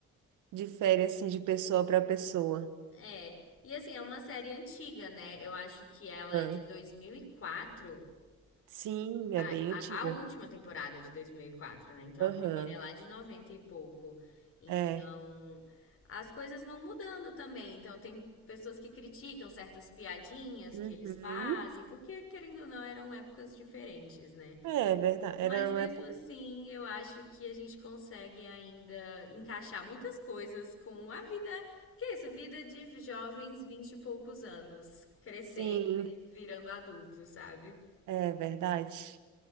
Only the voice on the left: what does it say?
É. E assim, é uma série antiga, né? Eu acho que ela
é de 2004,
Ah,
a,
a última temporada de 2004, né? Então
a primeira é lá de 90 e pouco. Então
as coisas vão mudando também. Então tem pessoas que criticam certas piadinhas
que eles fazem, porque querendo ou não eram épocas diferentes, né?
Mas
mesmo
assim, eu acho que a gente consegue ainda encaixar muitas coisas com a vida, porque é isso, vida de jovens vinte e poucos anos, crescendo
e virando adultos, sabe?